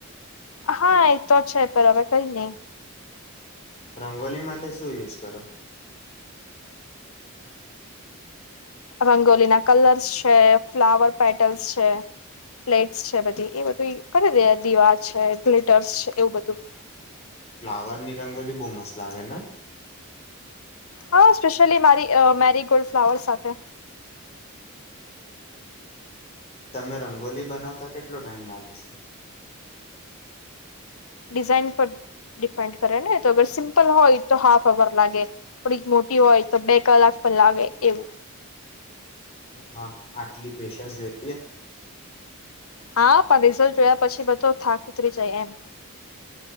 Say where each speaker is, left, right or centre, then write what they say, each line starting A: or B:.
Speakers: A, on the left; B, on the left.
A: હા એ તો છે પર હવે કઈ નહી.
B: રંગોલી માટે શું યુઝ કરો?
A: રંગોલી ના કલર્સ છે. ફ્લાવર પેટર્નસ છે. પ્લેટ્સ છે બધી એ બધું કરી દે દીવા છે દિવા છે એવું બધું-
B: ફ્લાવર ની રંગોલી બહુ મસ્ત લાગે ને-
A: હા સ્પેશ્યયલી મારી મેરી ગોલ્ડ ફ્લાવર સાથે-
B: તમે રંગોલી બનાવતા કેટલો ટાઈમ લાગે છે?
A: ડિઝાઇન પર ડિપેન્ડ કરે ને તો અગર સિમ્પલ હોય તો હાફ અવર લાગે. થોડીક મોટી હોય તો બે કલાક પણ લાગે એવુ
B: હા આટલી પેશન્સ જોઈએ.
A: હા પણ રિઝલ્ટ જોયા પછી બધો થાક ઉતરી જાય એમ-